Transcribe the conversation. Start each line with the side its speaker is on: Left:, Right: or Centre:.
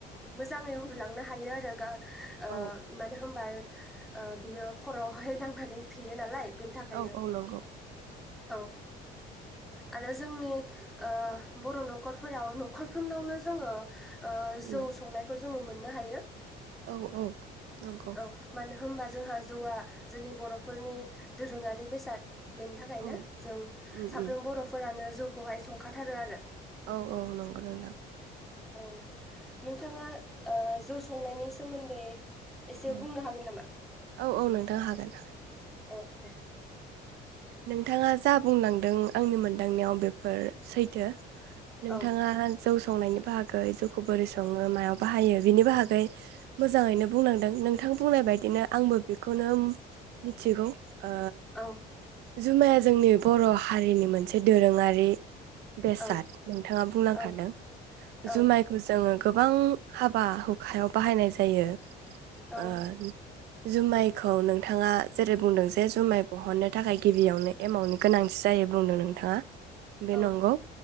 Centre: मोजाङै उन्दुलां नो हायो आरो गा ओ
Right: औ
Centre: मानो होमबा बियो खरावहाय नांनानै फेयो नालाय। बेनि थाखायनो
Right: औ औ नंगौ।
Centre: औ आरो जोंनि ओ बर' न'खरफोराव न खरफ्रोमनावनो जोङो ओ जौ
Right: उम
Centre: संनायखौ जोङो मोननो हायो।
Right: औ औ नंगौ
Centre: औ मानो होनबा जोंहा जौआ जोंनि बर' फोरनि दोरोङारि बेसाद बेनि थाखायनो
Right: औ
Centre: जों
Right: उम
Centre: साफ्रोम
Right: उम
Centre: बर'फोरानो जौखौहाय संखाथारो आरो।
Right: औ औ नंगौ नोंथां।
Centre: औ नोंथाङा ओ जौ संनायनि सोमोन्दै एसे
Right: औ
Centre: बुंनो हागोन नामा?
Right: औ औ नोंथां हागोन।
Centre: औ दे
Right: नों थाङा जा बुंलांदों आंनि मोनदांनायाव बेफोर सैथो नोंथाङा
Centre: औ
Right: जौ संनायनि बाहागै जौखौ बोरै सङो मायाव बाहायो बिनि बाहागै मोजाङैनो बुंलांदों नोंथां बुंनाय बायदिनो आंबो बेखौनो मिथिगौ। ओ
Centre: औ
Right: जुमाया जोंनि बर' हारिनि मोनसे दोरोङारि बेसाद
Centre: औ
Right: नोंथाङा बुंलांखादों।
Centre: औ औ
Right: जुमायखौ जोङो गोबां हाबा हु खायाव बाहायनाय जायो।
Centre: औ
Right: ओ जुमाइखौ नोंथाङा जेरै बुंदों जे जुमाय बहननो थाखाय गिबियावनो एमाउनि गोनांथि जायो बुंदों नोंथाङा। बे
Centre: औ
Right: नंगौ